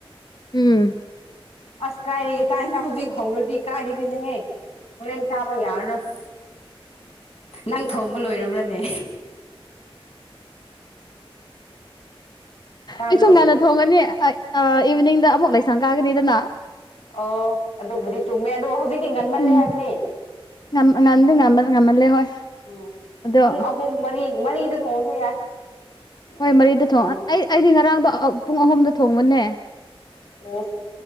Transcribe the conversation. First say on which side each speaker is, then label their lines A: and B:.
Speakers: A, on the left (about 45°); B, on the left (about 90°).
A: ꯎꯝ
B: ꯑꯁ ꯀꯥꯏꯗꯒꯤ ꯆꯥꯛ ꯏꯟꯁꯥꯡ ꯍꯧꯖꯤꯛ ꯍꯧꯔꯗꯤ ꯀꯔꯥꯏꯗꯒꯤꯅꯦꯍꯦ ꯍꯣꯔꯦꯟ ꯆꯥꯕ ꯌꯥꯔꯔꯣꯏ ꯅꯪ ꯊꯣꯡꯕ ꯂꯣꯏꯔꯕ꯭ꯔꯅꯦ ꯇꯥꯕ꯭ꯔꯣ
A: ꯑꯩꯁꯨ ꯉꯟꯅ ꯊꯣꯡꯒꯅꯤ ꯑꯥꯏ ꯑ ꯏꯚꯤꯅꯤꯡꯗ ꯑꯃꯨꯛ ꯂꯥꯏꯁꯪ ꯀꯥꯒꯅꯤꯗꯅ
B: ꯑꯣ ꯑꯗꯨꯕꯨꯗꯤ ꯆꯨꯝꯃꯦ ꯑꯗꯨꯕꯨ ꯍꯧꯖꯤꯛꯇꯤ ꯉꯟꯃꯜꯂꯦ
A: ꯎꯝ
B: ꯍꯥꯏꯕꯅꯤ
A: ꯉꯝ ꯑ ꯉꯟꯗꯤ ꯉꯝꯃ ꯉꯝꯃꯜꯂꯦ ꯍꯣꯏ
B: ꯑꯣ
A: ꯑꯗꯣ
B: ꯄꯨꯡ ꯑꯍꯨꯝ ꯃꯔꯤ ꯃꯔꯤꯗ ꯊꯣꯡꯉꯁꯨ ꯌꯥꯏ ꯃꯔꯤ
A: ꯍꯣꯏ ꯃꯔꯤꯗ ꯊꯣꯡ
B: ꯊꯣꯡꯉꯒ
A: ꯑꯩ ꯑꯩꯗꯤ ꯉꯔꯥꯡꯗꯣ ꯑ ꯄꯨꯡ ꯑꯍꯨꯝꯗ ꯊꯣꯡꯕꯅꯦ
B: ꯑꯣ